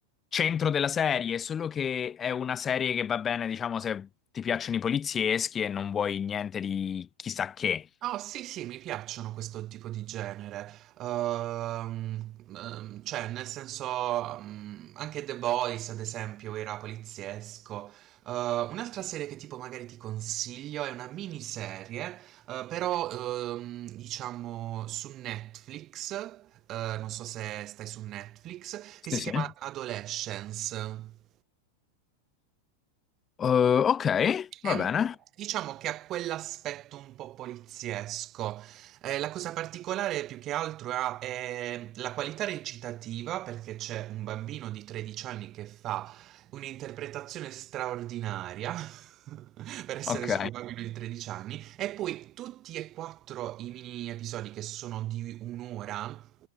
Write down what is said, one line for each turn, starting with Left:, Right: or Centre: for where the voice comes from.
Left: centro della serie, solo che è una serie che va bene, diciamo, se ti piacciono i polizieschi e non vuoi niente di chissà che.
Right: Oh sì, sì, mi piacciono questo tipo di genere. Ehm, ehm, cioè, nel senso, mm, anche The Boys, ad esempio, era poliziesco. Eh, un'altra serie che tipo magari ti consiglio è una miniserie, eh, però ehm, diciamo su Netflix, eh, non so se stai su Netflix, che
Left: Sì,
Right: si
Left: sì.
Right: chiama
Left: Eh,
Right: Adolescence.
Left: ok,
Right: È
Left: va
Right: un
Left: bene.
Right: diciamo che ha quell'aspetto un po' poliziesco. Eh, la cosa particolare più che altro ha eh, la qualità recitativa, perché c'è un bambino di 13 anni che fa un'interpretazione straordinaria. <laughs> Per essere
Left: Ok.
Right: solo un bambino di 13 anni, e poi tutti e quattro i mini episodi che sono di un'ora,